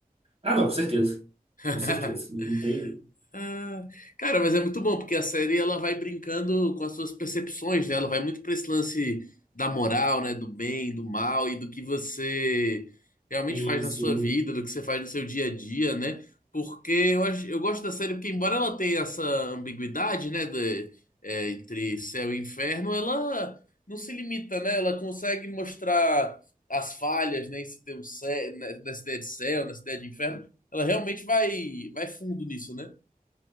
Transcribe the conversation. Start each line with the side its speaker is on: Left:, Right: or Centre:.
Right: Ah, não, com certeza.
Left: <laughs>
Right: Com certeza. Não tem.
Left: Ah, cara, mas é muito bom porque a série ela vai brincando com as suas percepções, né? Ela vai muito para esse lance da moral, né? Do bem, do mal e do que você realmente
Right: Sim,
Left: faz na
Right: sim.
Left: sua vida, do que você faz no seu dia a dia, né? Porque eu acho, eu gosto da série porque embora ela tenha essa ambiguidade, né? de- é, entre céu e inferno, ela não se limita, né? Ela consegue mostrar as falhas, né? Esse termo cé- nessa ideia de céu, nessa ideia de inferno, ela realmente vai vai fundo nisso, né?